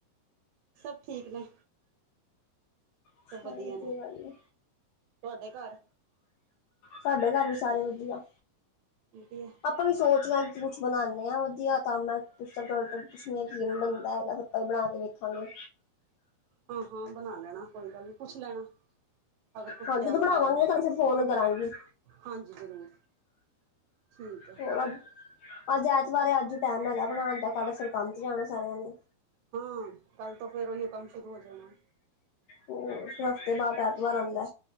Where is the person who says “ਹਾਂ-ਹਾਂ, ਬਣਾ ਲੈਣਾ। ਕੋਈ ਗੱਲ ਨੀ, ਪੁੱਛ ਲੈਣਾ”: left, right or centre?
Right